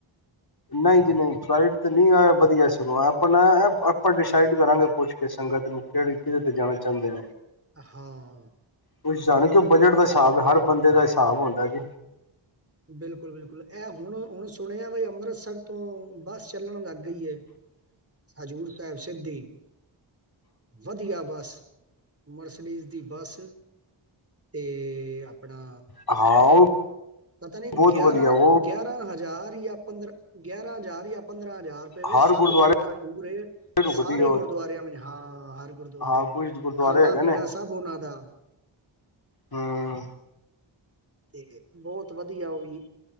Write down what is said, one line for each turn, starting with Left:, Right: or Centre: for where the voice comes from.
Left: ਨਹੀਂ ਜੀ ਨਹੀਂ, ਫਲਾਈਟ ਤੇ ਨਹੀਂ ਐ ਵਧੀਆ ਸਗੋਂ, ਆਪਾਂ ਨਾ ਏ ਆਪਾਂ ਡਿਸਾਈਡ ਕਰਾਂਗੇ ਪੁੱਛ ਕੇ ਸੰਗਤ ਨੂੰ, ਕਿਹੜੇ ਕਿਹਦੇ ਤੇ ਜਾਣਾ ਚਾਹੁੰਦੇ ਨੇ।
Right: ਹਾਂ
Left: ਪੁੱਛਦਾ ਨੇ ਕਿਉਕਿ ਬਜਟ ਦਾ ਹਿਸਾਬ
Right: ਸਹੀ ਹੈ
Left: ਹਰ ਬੰਦੇ ਦਾ ਹਿਸਾਬ ਹੁੰਦਾ ਏ ਜੀ।
Right: ਬਿਲਕੁਲ-ਬਿਲਕੁਲ, ਇਹ ਹੁਣ-ਹੁਣ ਸੁਣਿਆ, ਬਈ ਅੰਮ੍ਰਿਤਸਰ ਤੋਂ ਬੱਸ ਚੱਲਣ ਲੱਗ ਗਈ ਐ। ਹਜ਼ੂਰ ਸਾਹਿਬ ਸਿੱਧੀ, ਵਧੀਆ ਬਸ। ਮਰਸਡੀਜ਼ ਦੀ ਬੱਸ, ਤੇ ਆਪਣਾ
Left: ਹਾਂ ਉਹ
Right: ਪਤਾ ਨਹੀਂ,
Left: ਬਹੁਤ
Right: ਗਿਆਰਾਂ-ਗਿਆਰਾਂ
Left: ਵਧੀਆ ਉਹ
Right: ਹਜ਼ਾਰ ਯਾਂ ਪੰਦਰਾਂ ਗਿਆਰਾਂ ਹਜ਼ਾਰ ਜਾਂ ਪੰਦਰਾਂ ਹਜਾਰ ਰੁਪਏ ਵੇ
Left: ਹਰ
Right: ਸੱਤ
Left: ਗੁਰਦੁਆਰੇ
Right: ਦਿਨ ਦਾ ਟੂਰ ਏ,
Left: ਰੁਕਦੀ
Right: ਸਾਰੇ
Left: ਆ ਉਹ
Right: ਗੁਰਦੁਆਰਿਆਂ ਮੇ ਹਾਂ। ਹਰ ਗੁਰਦੁਆਰੇ
Left: ਹਾਂ ਕੁਛ ਗੁਰਦੁਆਰੇ
Right: ਖਾਣਾ-ਪੀਣਾ
Left: ਹੈਗੇ
Right: ਸਭ ਉਹਨਾਂ ਦਾ।
Left: ਹੰਮ।
Right: ਤੇ ਬਹੁਤ ਵਧੀਆ ਉਹ ਵੀ,